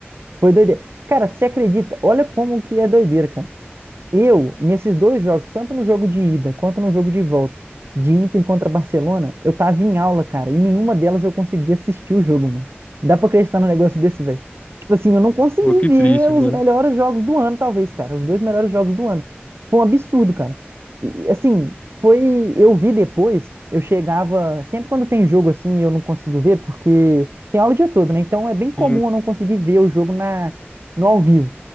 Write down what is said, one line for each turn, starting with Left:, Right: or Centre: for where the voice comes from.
Right: Foi doideira. Cara, você acredita? Olha como que é doideira, cara. Eu, nesses dois jogos, tanto no jogo de ida quanto no jogo de volta, de Inter contra Barcelona, eu tava em aula, cara, e nenhuma delas eu conseguia assistir o jogo, mano. Dá pra acreditar num negócio desse, velho? Tipo assim, eu não consegui
Left: Pô, que
Right: ver
Left: triste,
Right: os
Left: mano.
Right: melhores jogos do ano, talvez, cara. Os dois melhores jogos do ano. Foi um absurdo, cara. E, e, assim, foi. Eu vi depois, eu chegava. Sempre quando tem jogo assim, e eu não consigo ver, porque tem aula o dia todo, né? Então é bem comum
Left: Sim,
Right: eu não conseguir ver o jogo na, no ao vivo